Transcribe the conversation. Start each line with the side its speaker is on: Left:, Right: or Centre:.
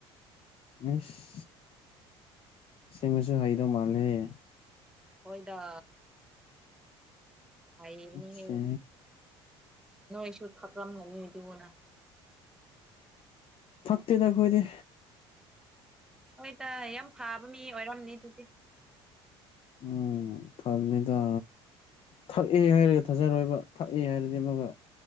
Left: ꯑꯁ ꯁꯦꯡꯅꯖꯨ ꯍꯩꯒꯗꯧ ꯃꯥꯜꯂꯦ ꯍꯦ
Centre: ꯍꯣꯏꯗ ꯍꯩꯕꯅꯤ
Left: ꯑꯣꯀꯦ
Centre: ꯅꯣꯏꯁꯨ ꯊꯥꯛꯔꯝꯒꯅꯤ ꯗꯨꯅ
Left: ꯊꯛꯇꯦꯗ ꯑꯈꯣꯏꯗꯤ
Centre: ꯍꯣꯏꯗ ꯌꯥꯝ ꯐꯥꯕ ꯃꯤ ꯑꯣꯏꯔꯝꯅꯤ ꯑꯗꯨꯗꯤ
Left: ꯎꯝ ꯐꯥꯕꯅꯦꯗ ꯊꯛꯑꯦ ꯍꯥꯏꯔꯒ ꯊꯥꯖꯔꯣꯏꯕ ꯊꯛꯑꯦ ꯍꯥꯏꯔꯗꯤ ꯑꯃꯨꯛꯒ